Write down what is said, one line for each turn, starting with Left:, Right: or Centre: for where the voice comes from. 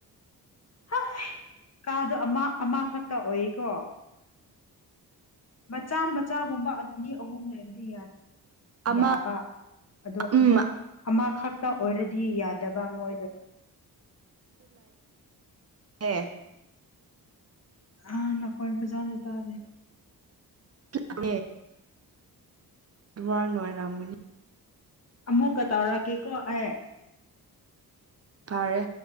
Left: ꯍ ꯀꯥꯗꯣ ꯑꯃ ꯑꯃꯈꯛꯇ ꯑꯣꯏꯌꯦꯀꯣ ꯃꯆꯥ ꯃꯆꯥꯒꯨꯝꯕ ꯑꯅꯤ ꯑꯍꯨꯝ ꯂꯩꯔꯗꯤ
Right: ꯑꯃ
Left: ꯌꯥꯕ ꯑꯗꯣ
Right: ꯎꯝ
Left: ꯑꯃ ꯑꯃꯈꯛꯇ ꯑꯣꯏꯔꯗꯤ ꯌꯥꯗꯕ ꯃꯣꯏꯗꯣ
Right: ꯑꯦ
Left: ꯑꯥ ꯅꯈꯣꯏ ꯏꯝ ꯄ ꯆꯥꯗꯦ ꯇꯥꯗꯦ
Right: ꯦ <unintelligible> ꯋꯥꯔ ꯅꯣꯏꯔꯥꯃꯅꯤ
Left: ꯑꯃꯨꯀ ꯇꯧꯔꯥ ꯀꯦꯀꯣ ꯑꯦ
Right: ꯐꯔꯦ